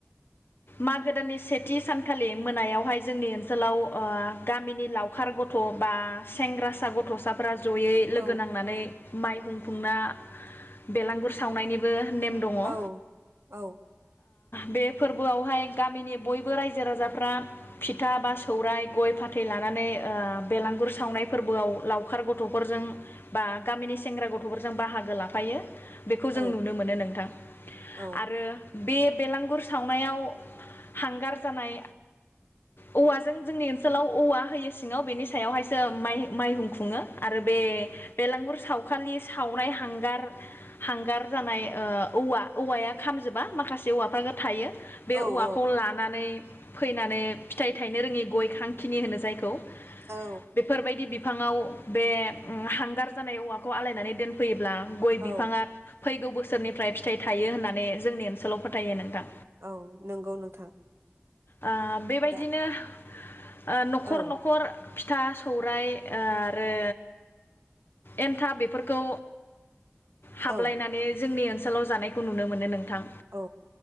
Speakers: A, on the left; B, on the right.
A: मागो दाननि सेथि सानखालि मोनायावहाय जोंनि ओनसोलाव ओ गामिनि लावखार गथ' बा सेंग्रासा ग थ साफोरा जयै
B: औ
A: लोगो नांनानै माइहुं खुंना बेलांगुर सावनायनिबो नेम दङ। ओ
B: औ औ
A: बे फोरबोआवहाय गामिनि बयबो रायजो राजाफ्रा फिथा बा सौराय गय फाथै लानानै ओ बेलांगुर सावनाय फोरबोआव लावखार गथ'फोरजों बा गामिनि सेंग्रा गथ'फोरजों बाहागो लाफायो। बेखौ
B: औ
A: जों नुनो मोनो नोंथां।
B: औ
A: आरो बे बेलांगुर सावनायाव हांगार जानाय औवाजों जोंनि ओनसोलाव औवा होयो सिङाव बेनि सायावहायसो माइ माइहुं खु खुङो। आरो बे बेलांगुर साव खालि सावनाय हांगार हांगार जानाय ओ औवा औवाया खामजोबा माखासे औवाफ्राबो थायो। बे
B: औ
A: औवाखौ लानानै फैनानै फिथाइ थायनो रोङि गयखांखिनि होनो जायखौ।
B: औ
A: बेफोरबायदि बिफाङाव बे उम हांगार जानाय औवाखौ आलायनानै दोनफैयोब्ला गय
B: औ
A: बिफाङा फैगौ बोसोरनिफ्राय फिथाइ थायो होननानै जोंनि ओनसोलाव फोथायो नोंथां।
B: औ नंगौ नोंथां।
A: ओ बेबायदिनो
B: दा
A: ओ न'खर
B: औ
A: न'खर फिथा सौराइ आरो एन्थाब बेफोरखौ हाबलायनानै
B: औ
A: जोंनि ओनसोल लाव जानायखौ नुनो मोनो नोंथां।
B: औ